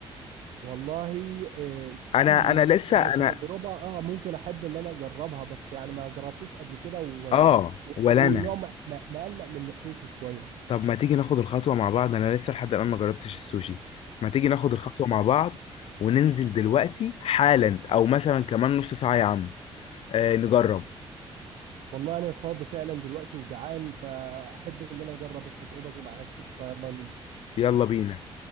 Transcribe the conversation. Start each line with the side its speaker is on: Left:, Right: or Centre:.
Right: والله آه، السوشي
Left: انا انا لسه
Right: يعني
Left: انا
Right: كتجربه اه ممكن احب اللي انا اجربها بس يعني ما جربتوش قبل كده و-
Left: اه
Right: و-
Left: ولا
Right: واللي
Left: انا
Right: هو م- م- مقلق من ناحيته شويه
Left: طب ما تيجي ناخد الخطوه مع بعض انا لسه لحد الان ما جربتش السوشي ما تيجي ناخد الخطوه مع بعض وننزل دلوقتي حالا او مثلا كمان نص ساعه يا عم آه نجرب
Right: والله انا فاضي فعلا دلوقتي وجعان فاحب ان انا اجرب التجربه دي معاك قشطه يلا ننزل
Left: يلا بينا